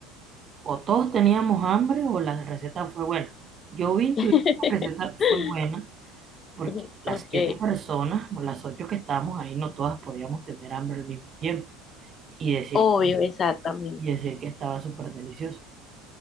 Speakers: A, on the right; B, on the left.
A: O todos teníamos hambre o la receta fue buena. Yo vi intuí
B: <laughs>
A: que la receta fue buena porque
B: Ujú,
A: las
B: Ok,
A: siete personas o las ocho que estábamos ahí no todas podíamos tener hambre al mismo tiempo y decir,
B: obvio, exactamente.
A: y decir que estaba súper delicioso.